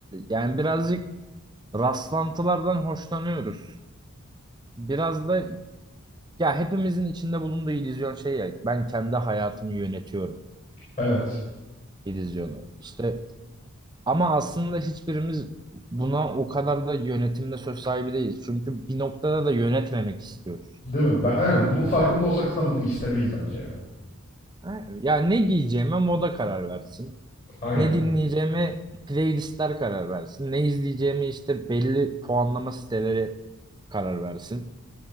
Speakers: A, on the right; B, on the left.
A: yani birazcık rastlantılardan hoşlanıyoruz. Biraz da ya hepimizin içinde bulunduğu illüzyon şey ya ben kendi hayatımı yönetiyorum.
B: Evet.
A: İllüzyonu. İşte ama aslında hiçbirimiz buna o kadar da yönetimde söz sahibi değiliz. Çünkü bir noktada da yönetmemek istiyoruz.
B: Değil mi? Ben, aynen bunun farkında olsak zaten bunu istemeyiz bence ya.
A: Ha, Yani ne giyeceğime moda karar versin.
B: Aynen.
A: Ne dinleyeceğime playlistler karar versin. Ne izleyeceğime işte belli puanlama siteleri karar versin.